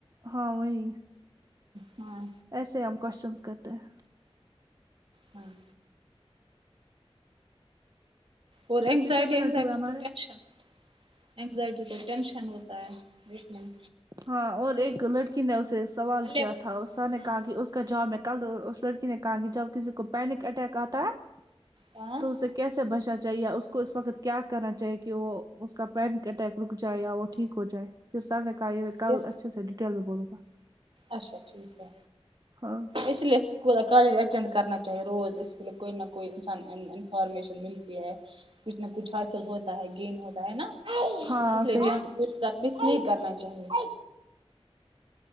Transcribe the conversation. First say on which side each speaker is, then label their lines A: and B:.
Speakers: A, on the right; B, on the right.
A: ہاں وہی
B: ہاں
A: ایسے ہم کوشچنس کرتے ہیں
B: ہاں اور اینزائٹی
A: کتنے منٹ
B: اینزائٹی
A: ہوئے ہمارے
B: ٹو ٹینشن اینگزائٹی کا ٹینشن ہوتا ہے بیھنے میں
A: ہاں اور ایک لڑکی نے اسے سوال
B: الیون
A: کیا
B: منٹ
A: تھا سا نے
B: ہاں
A: کہا کہ اس کا جواب میں کل اس لڑکی نے کہا کہ جب کسی کو پینک اٹیک آتا ہے
B: ہاں
A: تو اسے کیسے سے بچنا چاہیےیا اس کو اس وقت کیا کرنا چاہیے کہ وہ اس کا پینک اٹیک رک جائے یا وہ ٹھیک ہو جائے پھر سر نے کہا یہ میں کل
B: پھر
A: اچھے سے ڈیٹیل میں بولوں گا
B: اچھا ٹھیک ہے
A: ہاں
B: اس لیے کالج اٹینڈ کرنا چاہیے روز اسے کو نہ کوئی انسان انفارمیشن ملتی ہے کچھ نہ کچھ حاصل ہوتا ہے گین ہوتا ہے نا اس
A: ہاں
B: لیے
A: صحیح
B: جان بچ کر بھیس نہیں کرنا چاہیے